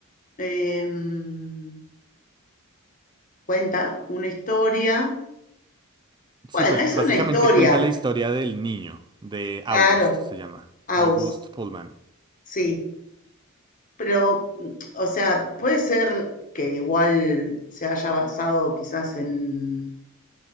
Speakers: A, on the left; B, on the right.
A: em, cuenta una historia.
B: Sí,
A: Bueno,
B: pues
A: es
B: básicamente
A: una historia,
B: cuenta la historia del niño, de
A: claro,
B: August, se llama,
A: Aus,
B: August Pullman.
A: sí, pero, mm, o sea, puede ser que igual se haya basado quizás en,